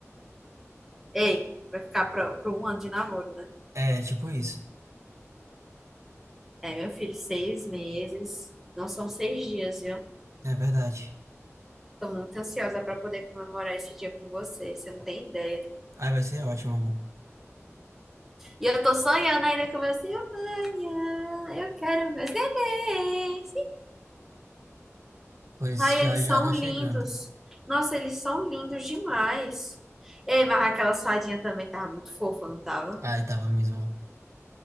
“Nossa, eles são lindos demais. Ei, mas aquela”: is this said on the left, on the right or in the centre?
Centre